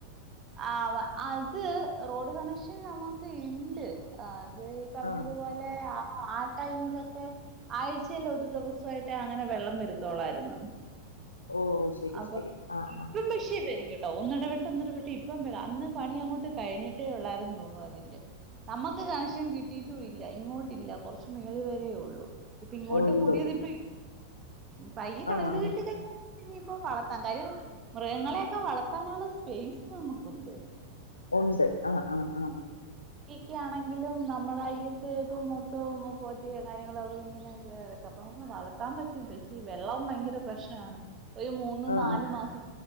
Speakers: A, on the right; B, on the left.
A: ആവ അത് റോഡ് കണക്ഷൻ നമുക്ക് ഇണ്ട് ആ ത് ഈ പറഞ്ഞതുപോലെ
B: ആ
A: ആ ആ ആ ടൈമിലൊക്കെ ആഴ്ചയിൽ ഒരു ദിവസായിട്ട് അങ്ങനെ വെള്ളം വരുത്തോളായിരുന്നു
B: ഓ ശരി
A: അപ്പൊ
B: ശരി ആ
A: ഇപ്പം
B: ആ
A: വിഷയം വരും കെ ഒന്നിടവിട്ട് ഒന്നിടവിട്ട് ഇപ്പം വരാം അന്ന് പണി അങ്ങോട്ട് കഴിഞ്ഞിട്ടേ ഉള്ളാരായിന്ന് തോന്നു അതിന്റെ നമ്മക്ക് കണക്ഷൻ കിട്ടീട്ട് <unintelligible> ഇല്ല ഇങ്ങോട്ടില്ല കൊറച്ച് മേളി വരേ ഒള്ളൂ ഇപ്പ ഇങ്ങോട്ട്
B: ഉള്ളൂ
A: പുതിയതിപ്പയി പയ്യ് <unintelligible>
B: ആ ആ
A: കിട്ടിക്കഴിഞ്ഞാ ഇനിയിപ്പ വളത്താം കാര്യം മൃഗങ്ങളെയൊക്കെ വള ത്താനുള്ള സ്പേസ് നമുക്കുണ്ട്
B: ഒണ്ട് ആഹ് ആഹ് ആഹ് ആ
A: ക്യ ആണെങ്കിലും നമ്മടെ അയ്യത്ത് പ്പം മൊത്തോംങ്ങ് പോച്ചേം കാര്യങ്ങളൊക്കെ ഇങ്ങനൊക്കെ എക്ക അപ്പം വളർത്താൻ പറ്റും പക്ഷെ വെള്ളം ഭയങ്കര പ്രശ്നാണ് ഒരു മൂന്നു
B: ആ ആ
A: നാലു മാസം